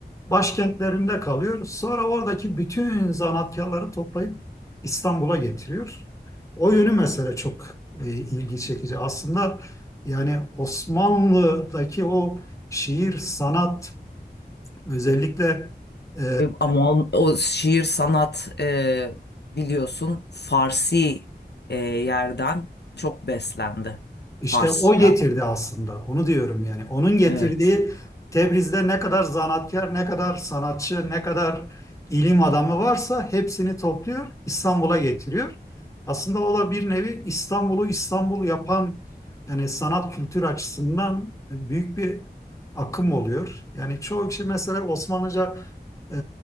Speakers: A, on the left (about 20°); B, on the left (about 80°).
A: başkentlerinde kalıyor. Sonra oradaki bütün zanaatkarları toplayıp İstanbul'a getiriyor. O yönü mesele çok e, ilgi çekici. Aslında yani Osmanlı'daki o şiir, sanat özellikle e,
B: E, Ama o, o şiir sanat e, biliyorsun Farsi e, yerden çok beslendi.
A: İşte
B: Farsça.
A: o getirdi aslında. Onu diyorum yani. Onun getirdiği
B: Evet.
A: Tebriz'de ne kadar zanaatkar, ne kadar sanatçı, ne kadar ilim adamı varsa hepsini topluyor, İstanbul'a getiriyor. Aslında o da bir nevi İstanbul'u İstanbul yapan yani sanat kültür açısından büyük bir akım oluyor. Yani çoğu kişi mesela Osmanlıca e,